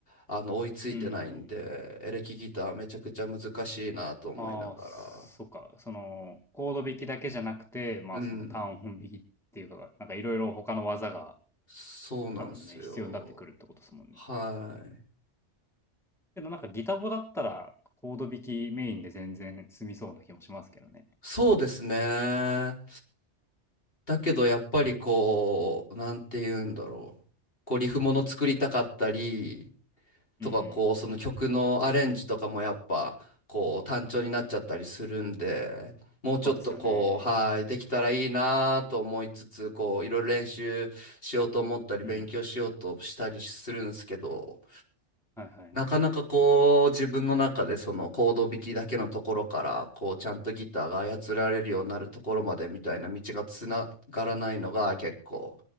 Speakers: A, on the left (about 55°); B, in the centre.
A: あの追いついてないんでエレキギターめちゃくちゃ難しいなと思いながら
B: うんああ、そっか。その、コード弾きだけじゃなくて、まあその単音弾きっていうか、
A: うん
B: なんかいろいろ他の技が
A: そうなんですよ
B: 多分ね、必要になってくるってことですもんね。
A: はい
B: けどなんかギタボだったら、コード弾きメインで全然済みそうな気もしますけどね。
A: そうですね。だけどやっぱりこう、なんて言うんだろう。こうリフもの作りたかったりとか、
B: うんうん。
A: こうその曲のアレンジとかもやっぱこう単調になっちゃったりするんで、もうちょっとこう、
B: そうですよね。
A: はい、できたらいいなと思いつつ、こういろいろ練習しようと思ったり、
B: うん。
A: 勉強しようとしたりするんですけど、
B: はいはい。
A: なかなかこう自分の中でそのコード弾きだけのところからこうちゃんとギターが操られるようになるところまでみたいな道がつながらないのが結構